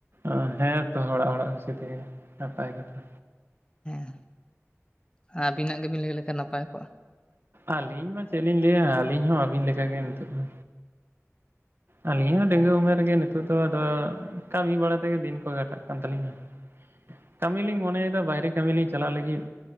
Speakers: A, on the right; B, on the left.
A: ᱚ ᱦᱮᱸᱛᱚ ᱦᱚᱲᱟᱜ ᱚᱲᱟᱜ ᱠᱩᱥᱤ ᱛᱮᱜᱮ ᱱᱟᱯᱟᱭ ᱠᱟᱛᱷᱟ
B: ᱦᱮᱸ ᱟᱹᱵᱤᱱᱟᱜ ᱜᱮᱵᱤᱱ ᱞᱟᱹᱭ ᱞᱮᱠᱷᱟᱱ ᱱᱟᱯᱟᱭ ᱠᱚᱜᱼᱟ
A: ᱟᱹᱞᱤᱧ ᱢᱟ ᱪᱮᱫ ᱞᱤᱧ ᱞᱟᱹᱭᱟ ᱟᱹᱞᱤᱧ ᱦᱚᱸ ᱟᱹᱵᱤᱱ ᱞᱮᱠᱟᱜᱮ ᱱᱤᱛᱚᱜ ᱫᱚ᱾ ᱟᱹᱞᱤᱧ ᱦᱚᱸ ᱰᱟᱹᱝᱣᱟᱹ ᱩᱢᱮᱨ ᱨᱮᱜᱮ ᱱᱤᱛᱚᱜ ᱫᱚ ᱟᱫᱚ ᱠᱟᱹᱢᱤ ᱵᱟᱲᱟ ᱛᱮᱜᱮ ᱫᱤᱱ ᱠᱚ ᱜᱷᱟᱴᱟᱜ ᱠᱟᱱ ᱛᱟᱹᱞᱤᱧᱟ ᱠᱟᱹᱢᱤ ᱞᱤᱧ ᱢᱚᱱᱮᱭᱮᱫᱟ ᱵᱟᱭᱨᱮ ᱠᱟᱹᱢᱤ ᱞᱤᱧ ᱪᱟᱞᱟᱜ ᱞᱟᱹᱜᱤᱫ